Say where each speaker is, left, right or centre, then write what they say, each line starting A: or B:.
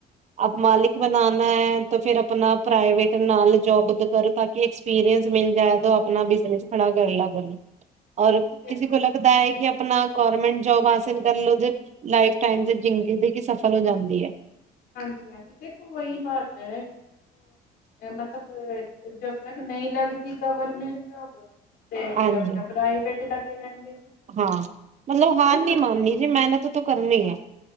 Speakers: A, on the right; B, on the left.
A: ਆਪ ਮਾਲਿਕ ਬਨਾਨਾ ਹੈ ਤਾਂ ਫੇਰ ਆਪਣਾ? ਪ੍ਰਾਈਵੇਟ ਨਾਲ ਜੋਬ ਕਰੋ ਤਾਂ ਕਿ ਐਕਸਪੀਰੀੰਸ ਮਿਲ ਜਾ ਆਪਣਾ ਬਿਜਨਸ ਖੜਾ ਕਰ ਲਾ। ਵੱਲੋਂ। ਔਰ
B: ਹਾਂਜੀ ਦੇਖੋ,
A: ਕਿਸੇ ਕੋ ਲੱਗਦਾ ਹੈ ਕਿ ਆਪਣਾ ਗੌਰਮਿੰਟ ਜੋਬ ਹਾਸਿਲ ਕਰਲੋ ਤੇ ਵਾਈਫ਼ ਟਾਈਮ ਤੇ ਜ਼ਿੰਦਗੀ ਸਫਲ ਹੋ ਜਾਂਦੀ ਹੈ?
B: ਜੀ ਹਾਂਜੀ ਦੇਖੋ ਉਹੀ ਬਾਤ ਹੈ। ਮਤਲਬ ਜਦ ਤੱਕ ਨਹੀਂ ਲੱਗਦੀ ਗਵਰਮੈਂਟ ਜੌਬ? ਤੇ
A: ਹਾਂਜੀ
B: ਫਿਰ ਆਪਣਾ। ਪ੍ਰਾਈਵੇਟ ਲੱਗੇ ਰਹਿੰਦੇ ਹੈ? ਨੇ,
A: ਹਾਂ ਮਤਲਬ ਹਾਰ ਨੀ
B: ਨਾ।
A: ਮਾਨਣੀ ਜੀ ਮਿਹਨਤ ਤੋਂ? ਕਰਨੀ ਆ।